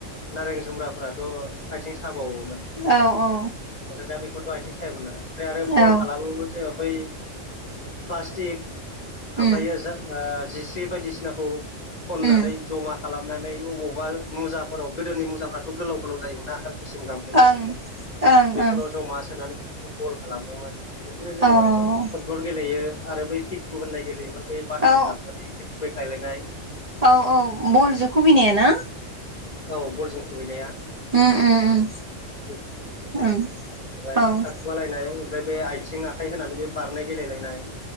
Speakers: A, on the left (about 35°); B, on the right (about 35°).
A: नारें जुमब्राफोरा राथ' आथिं साबावोमोन
B: औ औ
A: ओमफ्राय दा बे थ' आथिं सायोमोन आरोय ओमफ्राय आरो बल
B: औ
A: खालामबावो जोङो बै प्लास्टिक
B: उम
A: ओमफ्रायो जा जिस्रि बायदिसिनाखौ खननानै
B: उम
A: जमा खालामनानै बबावबा मुजाफोराव गोदोनि मुजाफ्राथ' गोलाव गोलाव जायोमोन। दा हान्थुसिम गाहामफैनाय
B: ओं ओं
A: बेफोराव
B: ओं
A: जमा सोनानै बेफोरखौ बल खालामोमोन। बिदिनो जोङो
B: औ
A: फुटबल गेलेयो आरो बै पिटु होननाय गेलेयोमोन। बे बाथाम
B: औ
A: जाबनानैेै खुबैखायलायनाय।
B: औ औ बलजों खुबैनायाना।
A: औ बलजों खुबैनाया।
B: उम उम
A: ओमफ्राय
B: उम औ
A: थाखुमालायनाय ओमफ्राय बे आथिं आखाइ होनानै बे बारनाय गेलेलायनाय